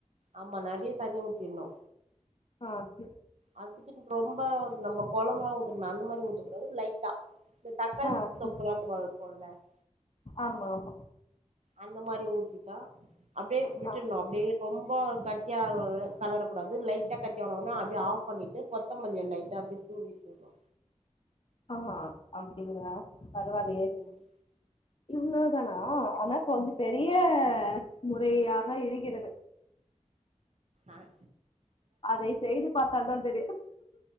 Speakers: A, on the right; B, on the left.
A: ஆமா நெறைய தண்ணி ஊத்தின்னு
B: ஆஹ்ஸ்
A: அதுக்குன் ரொம்ப நம்ம கொலம்புலா ஊத்னுமே அந்தமாரி ஊத்துக்கூடாது லைட்டா இந்த தக்காளி
B: ஆ சேரி
A: தொப்புலா <unintelligible>
B: ஆமா ஆமா
A: அந்த மாரி ஊத்திட்டா அப்டே விட்டுனு
B: ஆ
A: அப்டே ரொம்ப ரொம்ப கட்டியாவு கலரக் கூடாது லைட்டா கட்டியான ஒண்ணே அப்டியே ஆஃப் பண்ணிட்டு கொத்தமல்லிய லைட்டா அப்டியே தூவிட்டுனு
B: ஆஹ் அப்டிங்களா பரவாலயே
A: ம்
B: இன்னா ஆனா
A: தூவி
B: ஆனா கொஞ்ச பெரிய
A: ஆமா
B: <unintelligible> பேயாக எறிகிறது
A: ஆஹ்
B: அதை செய்து பார்த்தால் தான் தெரியும்